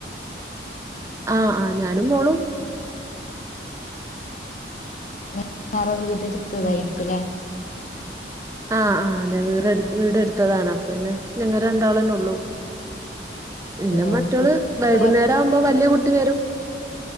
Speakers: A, on the right; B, on the left.
A: ആഹ് ആഹ് ഞാനും മോളും
B: നി വേറെ വീട് എടുത്തതായിരിക്കുവല്ലേ
A: ഉം ആഹ് ആഹ് അതെ വേറെ വീട് എടുത്തതാണ് അപ്പ പിന്നെ ഞങ്ങള് രണ്ടാള് തന്നെയുള്ളൂ പിന്നെ
B: അതെയോ?
A: മറ്റോള്
B: കുട്ടികളൊക്കെ
A: വൈകുന്നേരം
B: പോയാ പിന്നെ
A: ആവുമ്പോ വല്ല്യ കുട്ടി വരും